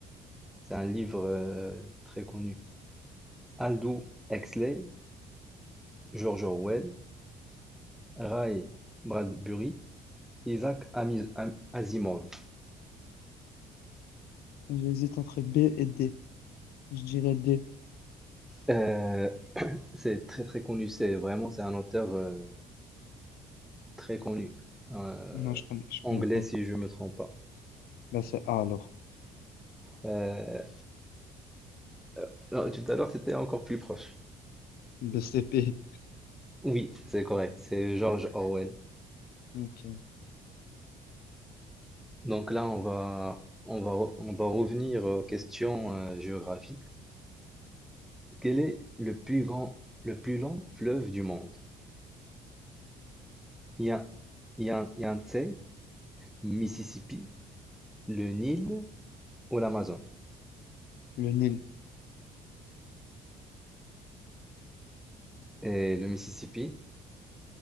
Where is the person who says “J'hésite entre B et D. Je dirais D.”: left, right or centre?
Left